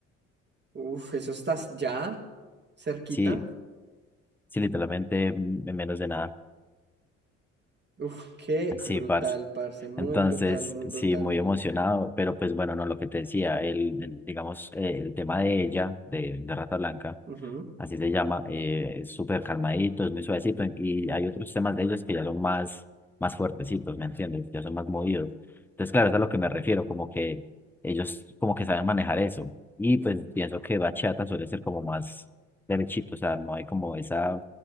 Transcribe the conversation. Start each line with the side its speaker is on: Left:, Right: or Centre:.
Right: Uf, eso estás ya cerquita.
Centre: Sí, sí, literalmente mm, en menos de nada.
Right: Uf, qué
Centre: Sí,
Right: brutal,
Centre: parce.
Right: parce. Muy
Centre: Entonces,
Right: brutal, muy brutal.
Centre: sí, muy emocionado, pero pues bueno, no, lo que te decía, el, el, digamos, eh, el tema de ella, de, de Rata Blanca,
Right: Ujú.
Centre: así se llama, eh, es súper calmadito, es muy suavecito, y hay otros temas de ellos que ya son más, más fuertecitos, ¿me entiendes? Ya son más movidos. Entonces, claro, es a lo que me refiero, como que ellos como que saben manejar eso, y pues pienso que bachata suele ser como más derechito, o sea, no hay como esa